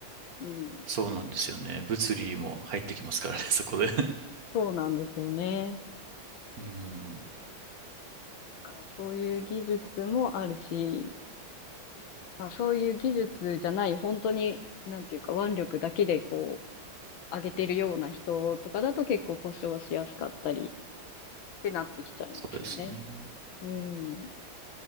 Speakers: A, on the left; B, on the right.
A: うん。
B: そうなんですよね。物理も入ってきますからね、そこで。<laughs>
A: そうなんですよね。
B: うん。
A: だからそういう技術もあるし、まあそういう技術じゃない、本当に、なんていうか腕力だけでこう、上げてるような人とかだと結構故障しやすかったりってなってきちゃいますよね。
B: そうですね。
A: うん。